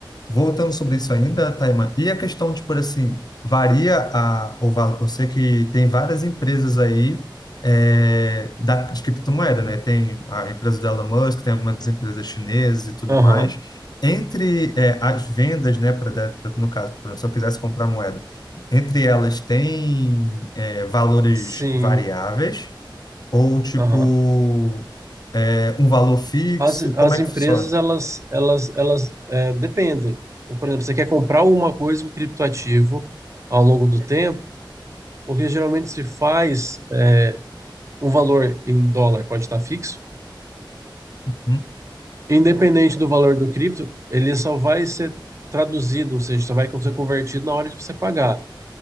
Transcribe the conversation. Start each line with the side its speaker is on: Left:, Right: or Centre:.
Left: Voltando sobre isso ainda, Taima, e a questão, tipo assim, varia a, o valor, eu sei que tem várias empresas aí é, da, de criptomoeda, né? Tem a empresa do Elon Musk, tem algumas empresas chinesas e tudo
Right: Aham,
Left: mais. Entre é, as vendas, né, pra, da- no caso, por exemplo, se eu quisesse comprar moeda, entre elas tem é, valores
Right: sim.
Left: variáveis ou, tipo,
Right: Aham.
Left: é, um valor fixo?
Right: As, as
Left: Como é
Right: empresas,
Left: que funciona?
Right: elas, elas, elas é, dependem. Então, Por exemplo, você quer comprar alguma coisa, um criptoativo, ao longo do tempo, porque geralmente se faz é, um valor em dólar, pode estar fixo,
Left: Hum?
Right: independente do valor do cripto, ele só vai ser traduzido, ou seja, só vai ser convertido na hora de você pagar.